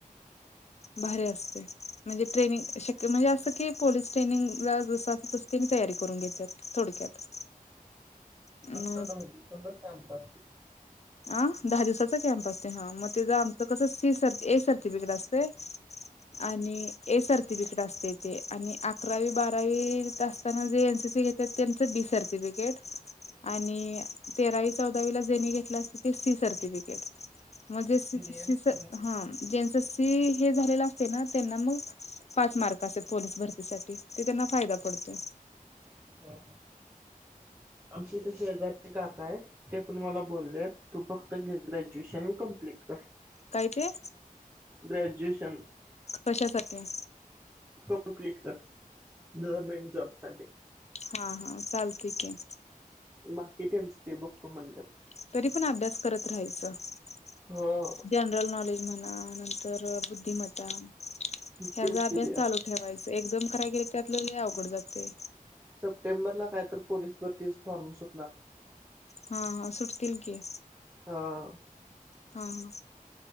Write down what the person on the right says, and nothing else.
पता कॅमपास <unintelligible>
ज्युनियर
सिनियर
ह आमचे इथ शेजारी काका आहेत. ते पण मला बोलले तू फक्त ग्रॅज्युएशन कम्प्लीट कर.
ग्रॅज्युएशन
कम्प्लीट कर गव्हर्मेंट जॉब साठी.
माकीेटस ते बघतो म्हणल.
हो.
तेच
कि ते
सप्टेंबरला काय तर पोलीस भरतीस फॉर्म सु
हा